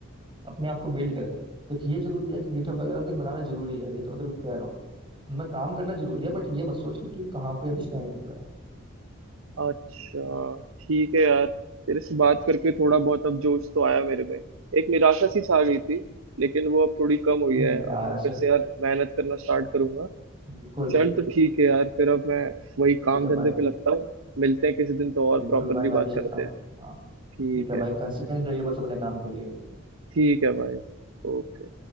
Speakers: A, on the right; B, on the right.
A: अपने आप को बिल्ड कर देख ये जरूरी है कि गिटहब वगैरह तक बनाना जरूरी है ये तो मैं तेरे को कह रहा हूँ उनमें काम करना जरूरी है बट ये मत सोच कि तू कहाँ पे अभी स्टैंड कर रहा है
B: अच्छा ठीक है यार तेरे से बात करके थोड़ा बहुत अब जोश तो आया मेरे में एक निराशा सी छा गई थी लेकिन वो अब थोड़ी कम हुई
A: नहीं
B: है
A: नहीं
B: अब
A: यार
B: मैं
A: ऐसे
B: फिर से यार मेहनत करना स्टार्ट करूंगा
A: बिल्कुल
B: चल तो ठीक है यार फिर अब मैं वही काम
A: ठीक है
B: धंधे
A: भाई
B: पे लगता हूँ मिलते हैं किसी दिन तो और
A: बिल्कुल
B: प्रॉपरली
A: भाई मैं
B: बात
A: भी चलता
B: करते
A: हूँ
B: हैं
A: हाँ
B: ठीक
A: ठीक है
B: है
A: भाई कंसिस्टेंट रहिए बस अपने काम के लिए
B: ठीक है भाई ओके